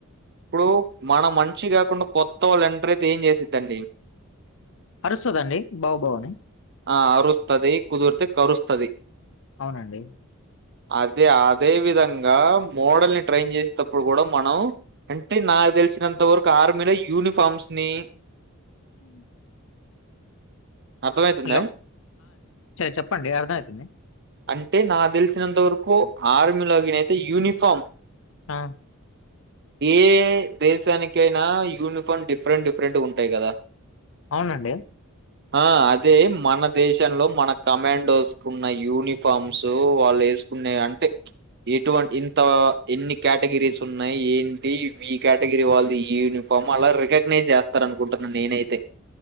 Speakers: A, on the right (about 50°); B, on the left (about 65°).
A: ఇప్పుడు మనం మంచి కాకుండా కొత్త వాళ్ళు ఎంటర్ అయితే ఏం చేసి ద్దండీ
B: అరుస్తుదండి బౌ బౌని
A: ఆ అరుస్తది కుదుర్తే కరుస్తది
B: అవునండి
A: అదే అదే విధంగా మోడల్ని ట్రైన్ చేసేటప్పుడు కూడా మనం అంటే నాకు తెలిసినంత వరకు ఆర్మీలో యూనిఫార్మ్స్ ని
B: ఉ
A: అర్థమవుతుందా
B: హలో చెప్పండి అర్థమయితుంది
A: అంటే నాకు తెలిసినంత వరకు ఆర్మీలోగినయితే యూనిఫామ్
B: ఆ
A: ఏ దేశానికైనా యూనిఫార్మ్ డిఫరెంట్ డిఫరెంట్ ఉంటు తే కదా
B: అవునండి
A: ఆ అదే మన దేశంలో మన కమాండోస్ ఉన్న యూనిఫామ్స్ వాళ్ళు కున్నా అంటే ఎటువంటి ఇంత ఎన్ని కేటగిరీస్ ఉన్నాయి ఏంటి ఈ కేటగిరీ వాళ్ళు యూనిఫా ఫమ్ అలా రికగ్నైజ్ చేస్తారనుకుంటున్నాను నేనైతే